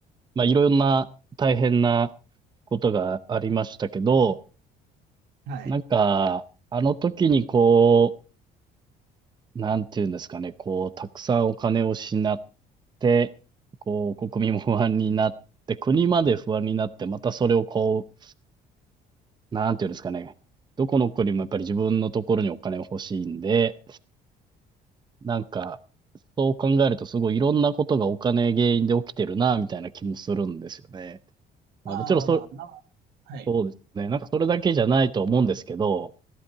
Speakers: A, on the right; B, on the right.
A: まあいろんな大変なことがありましたけど、
B: はい。
A: なんか、あの時にこう、なんていうんですかね、こう、たくさんお金を失って、こう、国民も不安になって、国まで不安になって、またそれをこう、なんていうんですかね、どこの国もやっぱり自分のところにお金欲しいんで、なんか、そう考えるとすごいいろんなことがお金原因で起きてるな、みたいな気もするんですよね。
B: ああ、
A: まあもちろんそれ、
B: な、はい。
A: そうですよね。なんかそれだけじゃないと思うんですけど、